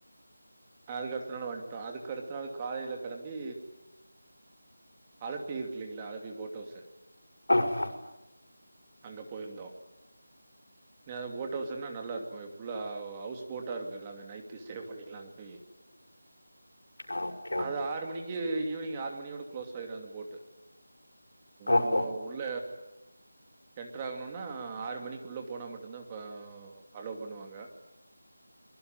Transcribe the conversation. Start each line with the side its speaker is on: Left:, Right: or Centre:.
Right: அதுக்கு அடுத்த நாள் வண்டா அதுக்கு அடுத்த நாள் காலையில கிளம்பி அளப்பி இருக்குங்கலயா அளப்பி போட் ஹவுஸ்சு
Left: ஆ ஹ
Right: அங்க போய்ருந்தோ இ அது போட்டோஸ்ன்னா நல்லா இருக்கு ஃபுல்லா ஹவுஸ் போட்டா இருக்கு எல்லாமே நைட்டு ஸ்டே பண்ணிக்கலா அங்க போய்
Left: அ
Right: அது ஆறு மணிக்கு ஈவினிங் ஆறு மணியோட க்ளோஸ் ஆயிரு அந்த போட்டு
Left: ஓஹோ
Right: நம்ப உள்ள என்டர் ஆகணுன்னா ஆறு மணிக்குள்ள போனா மட்டுதா பா அலோ பண்ணுவாங்க